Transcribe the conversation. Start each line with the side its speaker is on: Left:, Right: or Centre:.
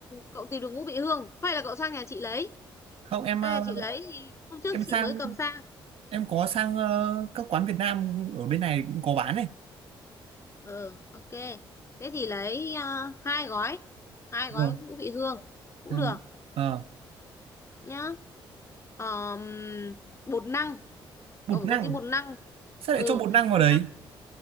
Left: cậu tìm được ngũ vị hương hay là cậu sang nhà chị lấy
Right: không em
Left: sang
Right: ờ,
Left: nhà chị lấy thì hôm trước
Right: em
Left: chị
Right: sang
Left: mới cầm sang
Right: em có sang ờ, các quán Việt Nam ở bên này cũng có bán này
Left: ờ ok thế thì lấy à, hai gói hai
Right: Đúng
Left: gói
Right: rồi
Left: ngũ vị hương cũng
Right: Em-
Left: được
Right: ờ,
Left: nhá Ờm, bột năng
Right: bột
Left: cậu phải
Right: năng
Left: có tí bột năng
Right: sao
Left: ừ
Right: lại cho bột năng vào
Left: bột
Right: đấy
Left: năng